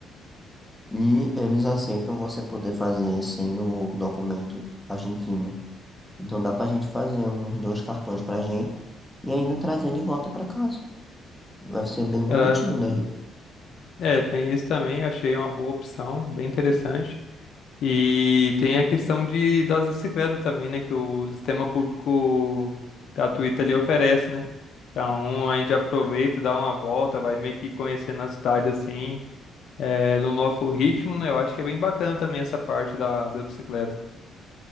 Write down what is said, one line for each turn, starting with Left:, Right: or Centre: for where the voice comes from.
Centre: e eles aceitam você poder fazer sem o documento argentino. Então dá pra gente fazer uns dois cartões pra gente e ainda trazer de volta pra casa. Vai ser bem bonitinho,
Left: Cara,
Centre: né, gente?
Left: é, tem isso também, eu achei uma boa opção, bem interessante. E tem a questão de, das bicicletas também, né? Que o sistema público gratuito ali oferece, né? Então a gente aproveita, dá uma volta, vai meio que conhecendo a cidade assim, é, no nosso ritmo, né? Eu acho que é bem bacana também essa parte da, da bicicleta.